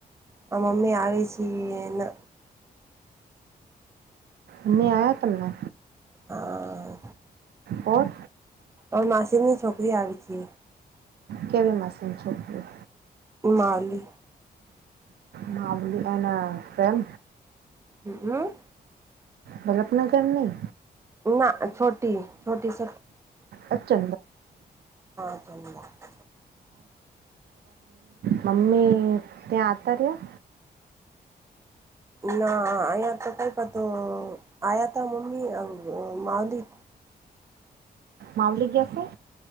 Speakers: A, on the right (about 15°); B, on the right (about 75°).
A: આ મમ્મી આવી છીને.
B: નને આયા તમને
A: હા
B: ઓર
A: અ માસીની છોકરી આવી છે
B: કેવી માસી ની છોકરી
A: હિમાલી
B: હ બલ એના પ્રેમ
A: હ હમ
B: વલ્લભનગર નઈ
A: ના છોટી છોટી સ
B: અ <unintelligible> તો
A: ચંદા
B: મમ્મી ત્યાં આવતા રહ્યા
A: ના અહીંયા તો કઈ પતો આયાતા મમ્મી અ માવલી
B: માવલી ગયાશે?